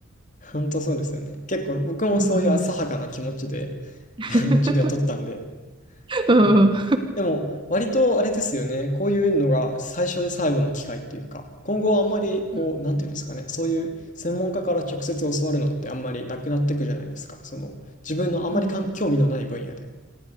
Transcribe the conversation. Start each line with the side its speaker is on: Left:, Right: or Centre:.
Left: 本当そうですよね。結構僕もそういう浅はかな気持ちで
Right: うんうん。
Left: <laughs>
Right: <laughs>
Left: 授業を取ったんで、
Right: うんうん。
Left: はい。でも割とあれですよね。こういうのが最初で最後の機会っていうか、今後はあんまりこう、
Right: <laughs>
Left: なんていうんですかね、そういう専門家から直接教わるのってあんまりなくなっていくじゃないですか。その自分のあんまりかん興味のない分野で。
Right: うん